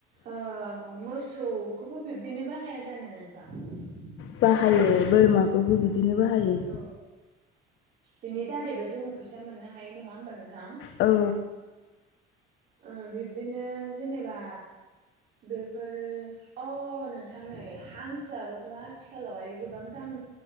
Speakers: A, on the right (about 55°); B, on the left (about 70°).
A: ओ मोसौखौबो बिबदिनो बा हाया जानो नोंथां?
B: बाहायो बोरमाखौबो बिदिनो बाहायो।
A: औ बिनि दारैबो जोङो फैसा मोननो हायो नङा होमबा नोंथां?
B: औ
A: ओ बिब्दिनो जेनेबा बेफोरो अ नोंथां नै हांसोआबोथ' आथिखालावहाय गोबां दाम